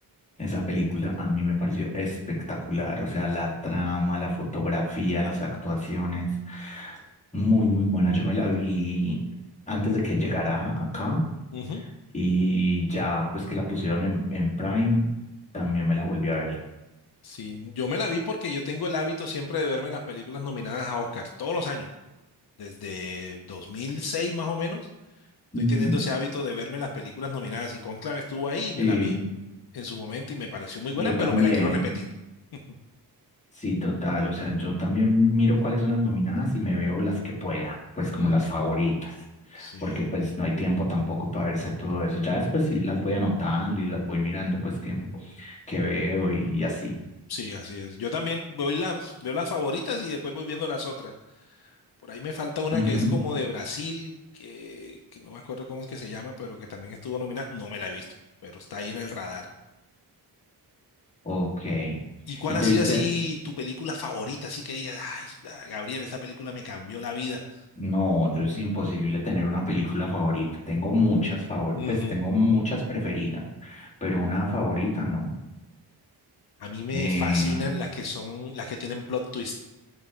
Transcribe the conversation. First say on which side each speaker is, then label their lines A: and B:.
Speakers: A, on the left (about 20°); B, on the left (about 65°).
A: Esa película a mí me pareció espectacular, o sea, la trama, la fotografía, las actuaciones, muy, muy buena. Yo me la vi antes de que llegara acá
B: Ujú.
A: y ya pues que la pusieron en, en Prime, también me la volví a ver.
B: Sí, yo me la vi porque yo tengo el hábito siempre de verme las películas nominadas a Oscar todos los años, desde 2006 más o menos. Estoy
A: Ujú.
B: teniendo ese hábito de verme las películas nominadas y Cónclave estuvo ahí y me
A: Sí,
B: la vi en su momento y me pareció muy
A: yo
B: buena, pero
A: también.
B: me la quiero repetir. <laughs>
A: Sí, total. O sea, yo también miro cuáles son las nominadas y me veo las que pueda, pues como
B: Ujú.
A: las favoritas,
B: Sí.
A: porque pues no hay tiempo tampoco para verse todo eso. Ya después sí las voy anotando y las voy mirando, pues que, que veo y, y así.
B: Sí, así es. Yo también voy las, veo las favoritas y después voy viendo las otras. Por ahí me falta una
A: Ujú.
B: que es como de Brasil, que, que no me acuerdo cómo es que se llama, pero que también estuvo nominada. No me la he visto, pero está ahí en el radar.
A: Ok.
B: ¿Y cuál
A: ¿Y
B: ha
A: te
B: sido
A: viste?
B: así tu película favorita? Así que digas, ay, esta- Gabriel, esta película me cambió la vida.
A: No, yo es imposible tener una película favorita. Tengo muchas favoritas,
B: Ujú.
A: pues tengo muchas preferidas, pero una favorita no.
B: A mí me
A: Eh,
B: fascinan las que son, las que tienen plot twist.